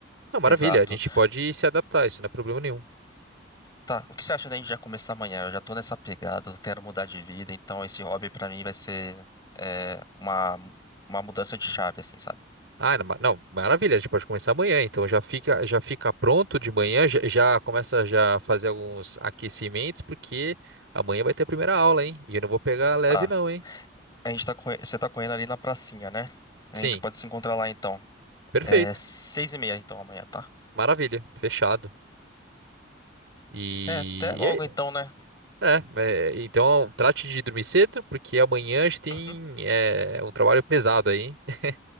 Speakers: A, on the right (about 80°); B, on the left (about 20°).
A: Não, maravilha,
B: Exato.
A: a gente pode se adaptar, isso não é problema nenhum.
B: Tá, o que você acha da gente já começar amanhã? Eu já tô nessa pegada, eu quero mudar de vida, então esse hobby pra mim vai ser é, uma, uma mudança de chave, assim, sabe?
A: Ah, não, ma- não, maravilha, a gente pode começar amanhã, então já fica, já fica pronto de manhã, já, já começa já a fazer alguns aquecimentos, porque amanhã vai ter a primeira aula, hein? E eu não vou pegar leve
B: Tá.
A: não, hein?
B: A gente tá, corre- você tá correndo ali na pracinha, né? A
A: Sim,
B: gente pode se encontrar lá então.
A: perfeito,
B: É seis e meia, então, amanhã, tá?
A: maravilha, fechado. E,
B: É, até logo,
A: e é
B: então, né?
A: É, é, então trate de dormir cedo, porque amanhã a gente tem
B: Uhum.
A: é, um trabalho pesado aí. <laughs>